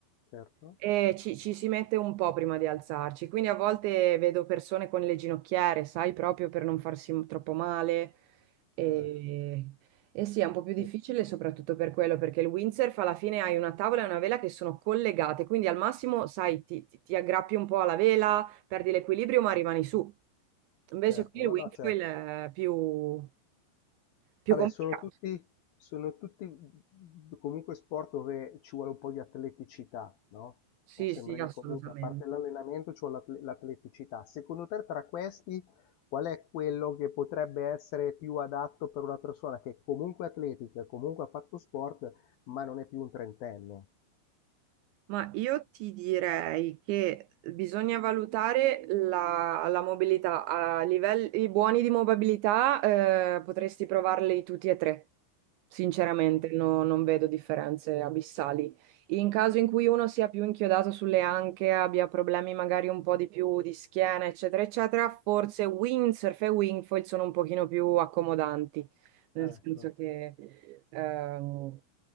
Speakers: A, on the left (about 65°); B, on the right (about 80°).
A: certo.
B: Eh, ci, ci si mette un po' prima di alzarci, quindi a volte vedo persone con le ginocchiere, sai, proprio per non farsi m- troppo male. E,
A: Eh,
B: e sì, è un po' più difficile
A: sì,
B: soprattutto per quello, perché il windsurf alla fine hai una tavola e una vela che sono collegate, quindi al massimo, sai, ti, ti- ti aggrappi un po' alla vela, perdi l'equilibrio, ma rimani su. Invece
A: certo.
B: qui il
A: No,
B: windsurf
A: no, certo.
B: è più, più
A: Vabbè,
B: complicato.
A: sono tutti, sono tutti mhmm, comunque sport dove ci vuole un po' di atleticità, no?
B: Sì,
A: Mi sembra
B: sì,
A: che
B: assolutamente.
A: comunque, a parte l'allenamento, ci vuole l'atle- l'atleticità. Secondo te, tra questi, qual è quello che potrebbe essere più adatto per una persona che comunque è atletica, comunque ha fatto sport, ma non è più un trentenne?
B: Ma io ti direi che bisogna valutare la, la mobilità. A livelli buoni di mobilità, eh, potresti provarli tutti e tre. Sinceramente,
A: Oh,
B: no- non vedo differenze abissali. In caso in cui uno sia più inchiodato sulle anche, abbia problemi magari un po' di più di schiena, eccetera, eccetera, forse windsurf e wingfoil sono un pochino più accomodanti nel
A: Ecco.
B: senso che ehm,